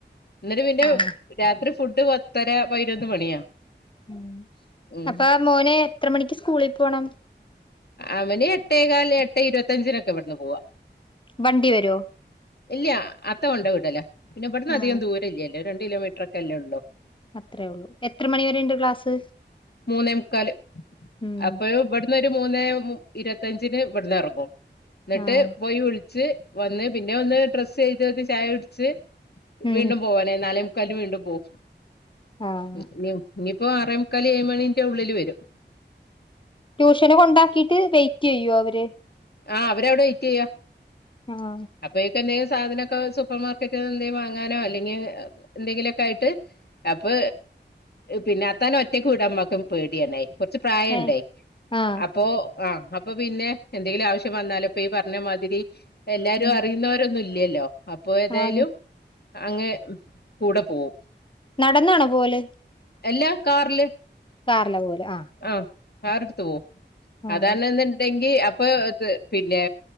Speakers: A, on the left; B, on the left.
A: ഇന്നിട്ട് പിന്നെ
B: ആഹ്
A: രാത്രി ഫുഡ്ഡ് പത്തര പതിനൊന്ന് മണിയാ.
B: ഉം
A: ഉം
B: അപ്പ ആഹ് മോന് എത്ര മണിക്ക് സ്കൂളി പോണം.
A: അവന് എട്ടേകാല് എട്ടേ ഇരുപത്തഞ്ചിനൊക്ക ഇവിടുന്ന് പോവ.
B: വണ്ടി വരോ.
A: ഇല്യ അത്ത കൊണ്ട് വിടല. പിന്നെ ഇവിട്ന്നധികം
B: ആഹ്
A: ദൂരല്യല്ലൊ രണ്ട് കിലോമീറ്ററൊക്കല്ലെള്ളു
B: അത്രെള്ളു എത്ര മണിവരേണ്ട് ക്ലാസ്.
A: മൂന്നേ മുക്കാല്
B: ഉം
A: അപ്പയു ഇവ് ട്ട് മൂന്നേ മു ഇരുപത്തഞ്ചിന് ഇവിട്ന്ന് എറങ്ങും ഇന്നിട്ട്
B: ആഹ്
A: പോയി വുൾ ച്ച് വന്ന് പിന്നെ ഒന്ന് ഡ്രസ്സയ്ത് ചായുട്ച്ച്
B: ഉം
A: വീണ്ടും പോവാനായി നാലെമു കാൽന് വീണ്ടും പോവും
B: ആഹ്
A: ഇ ഇനി ഇനിപ്പോ ആറേമുക്കാല് ഏയ് മണിന്റെ ഉള്ളില് വരും.
B: ട്യൂഷന് കൊണ്ടാക്കീട്ട് വെയ്റ്റിയ്യോ അവര്.
A: ആഹ് അവരവ്ടെ വെയ്റ്റിയ്യ.
B: ആഹ്
A: അപ്പയേക്ക് എന്തെങ്കിലും സാധനൊക്കെ സൂപ്പർ മാർക്കറ്റിൽ നിന്ന് എന്തേലും വാങ്ങാനോ അല്ലെങ്കി എന്തെങ്കിലൊക്ക ആയിട്ട് അപ്പോ പിന്ന അത്താനെ ഒറ്റക്ക് വിടാൻ ഉമ്മാക്ക് പേടിയാണെ കൊർച്ച് പ്രായണ്ടെയ്
B: ഏഹ് ആഹ്
A: അപ്പോ ആഹ് അപ്പൊ പിന്നെ എന്തെങ്കിലും ആവശ്യം വന്നാലപ്പൊ ഈ പറഞ്ഞമാതിരി എല്ലാരും
B: ഉം
A: അറിയുന്നവരൊന്നും ഇല്ലല്ലോ അപ്പൊ ഏതായാലും
B: ആഹ്
A: അങ്ങനെ കൂടെ പോവും
B: നടന്നാണോ പോവല്
A: എല്ലാ കാറില്
B: കാറില പോവല് ആഹ്
A: ആഹ് കാറ്‌ട്ത്തു പോവും
B: ആഹ്
A: അതാണ്ന്ന്ണ്ടെ ങ്കി അപ്പൊ പിന്നെ